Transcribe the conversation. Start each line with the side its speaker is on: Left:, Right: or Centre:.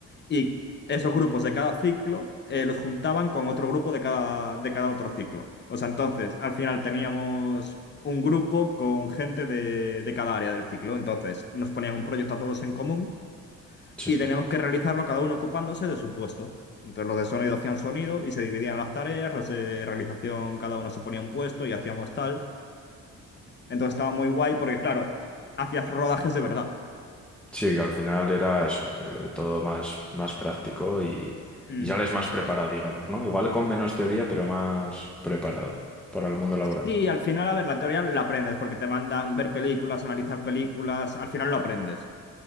Left: y esos grupos de cada ciclo eh, los juntaban con otro grupo de cada, de cada otro ciclo. O sea, entonces al final teníamos un grupo con gente de, de cada área del ciclo. Entonces nos ponían un proyecto a todos en común
Centre: sí.
Left: y teníamos que realizarlo cada uno ocupándose de su puesto. Entonces los de sonido hacían sonido y se dividían las tareas, los de realización cada uno se ponía un puesto y hacíamos tal. Entonces estaba muy guay porque, claro, hacías rodajes de verdad.
Centre: Sí, que al final era eso, eh, todo más, más práctico y,
Left: Mm.
Centre: y sales más preparado, digamos, ¿no? Igual con menos teoría, pero más preparado para el mundo laboral.
Left: Sí, al final, a ver, la teoría la aprendes porque te mandan ver películas, analizar películas, al final lo aprendes.